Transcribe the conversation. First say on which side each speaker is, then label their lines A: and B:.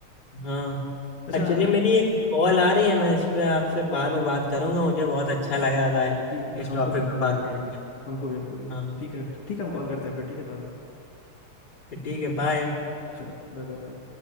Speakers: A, on the left; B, on the left.
A: हाँ
B: अच्छा
A: अ, चलिए
B: हाँ
A: मेरी एक कॉल आ रही है मैं इस पे आपसे बाद में बात करूंगा मुझे बहुत अच्छा लग रहा था
B: ठीक है,
A: इस
B: हमको
A: टॉपिक
B: भी हमको
A: पे
B: भी
A: बात
B: यार
A: करके
B: हमको भी हमको
A: हाँ
B: भी ठीक है ठीक है हम कॉल करते हैं फिर ठीक है बाद में
A: फिर ठीक है बाय
B: चलो बाय बाय बाय